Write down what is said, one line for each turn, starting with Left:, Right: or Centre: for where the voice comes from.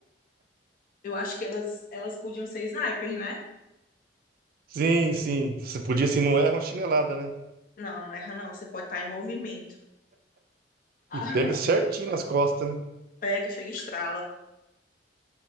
Left: Eu acho que elas, elas podiam ser snipers, né?
Right: Sim, sim. Você podia, assim, não erra uma chinelada, né?
Left: Não, não erra não, você pode estar em movimento. <laughs>
Right: E pega certinho nas costas, né?
Left: Pega, chega e estrala.